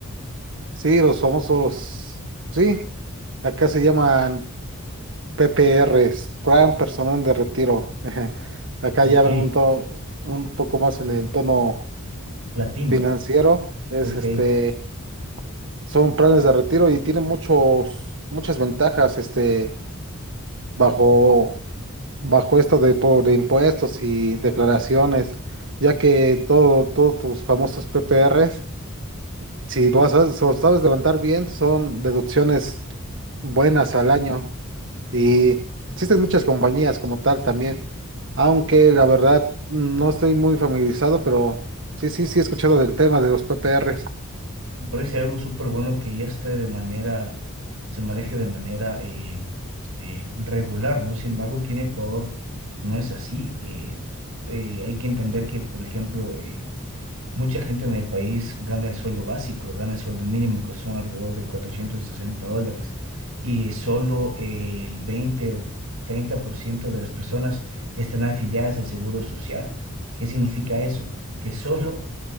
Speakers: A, on the right (about 60°); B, on the right (about 75°).
A: Sí, los famosos, sí, acá se llaman PPRs, Plan Personal de Retiro. <laughs> Ajá. Acá
B: Ok,
A: ya hablan un, to- un poco más en el tono
B: latino,
A: financiero. Es
B: ok.
A: este, son planes de retiro y tienen muchos, muchas ventajas, este, bajo, bajo esto de, por de impuestos y declaraciones, ya que todo, todos tus famosos PPRs Si tú sabes, so- sabes levantar bien, son deducciones buenas al año y existen muchas compañías como tal también, aunque la verdad no estoy muy familiarizado, pero sí, sí, sí he escuchado del tema de los PPRs.
B: Me parece algo súper bueno que ya esté de manera, se maneje de manera eh, eh, regular, ¿no? Sin embargo, aquí en Ecuador no es así. Eh, eh, hay que entender que, por ejemplo, eh, mucha gente en el país gana el sueldo básico, gana el sueldo mínimo, que son alrededor de 460 dólares, y solo eh, el veinte o treinta por ciento de las personas están afiliadas al Seguro Social. ¿Qué significa eso? Que solo